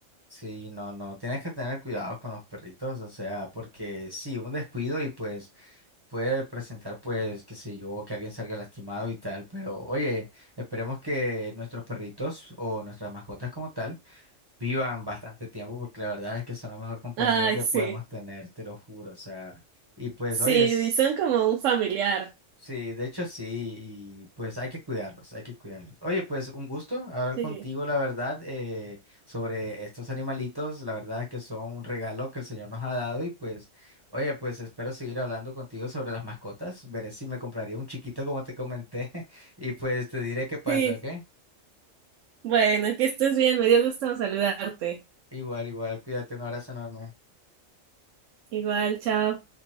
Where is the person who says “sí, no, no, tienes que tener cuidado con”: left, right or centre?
Right